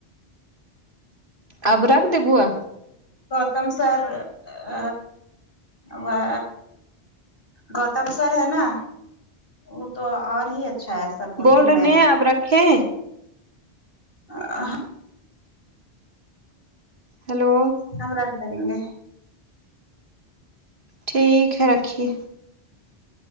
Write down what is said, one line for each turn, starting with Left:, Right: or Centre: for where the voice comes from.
Right: اب رکھ دے بوا
Left: گوتم سر ا وہ گوتم سر ہے نا وہ تو اور ہی اچھا ہے سپورٹو
Right: وارڈ
Left: مین
Right: نے
Left: ہے
Right: اب رکھے
Left: ہاں
Right: ہیلو
Left: ہم رکھ دینگے
Right: ٹھیک ہے رکھیے